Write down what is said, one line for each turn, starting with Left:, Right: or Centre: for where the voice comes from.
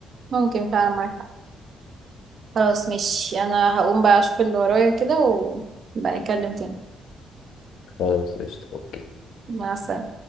Right: ممكن فعلا معاك حق. خلاص مش انا هقوم بقى اشوف اللي ورايا كده ونبقى نتكلم تاني
Left: خلاص قشطة اوكي
Right: مع السلامة